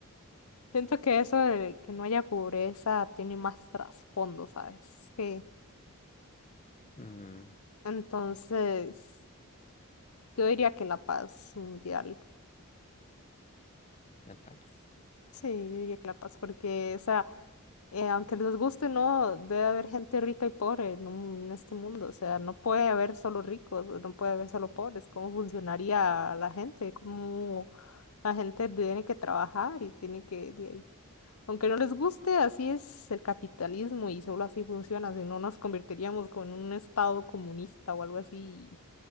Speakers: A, on the left; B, on the left.
A: siento que eso de que no haya pobreza tiene más trasfondo, ¿sabes? Que
B: Mm,
A: entonces yo diría que la paz mundial.
B: la paz.
A: Sí, yo diría que la paz, porque, o sea, eh, aunque les guste, o no, debe haber gente rica y pobre en, un- en este mundo. O sea, no puede haber solo ricos, no puede haber solo pobres. ¿Cómo funcionaría la gente? ¿Cómo la gente tiene que trabajar y tiene que, de ahí, Aunque no les guste, así es el capitalismo y solo así funciona, si no nos convertiríamos como en un estado comunista o algo así.